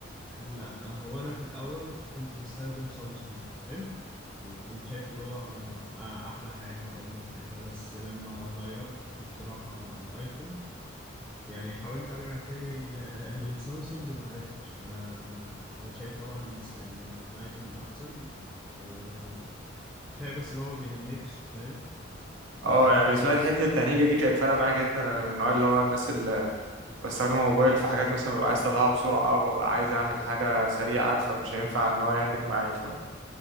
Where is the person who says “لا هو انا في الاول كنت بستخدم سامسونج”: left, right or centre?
Centre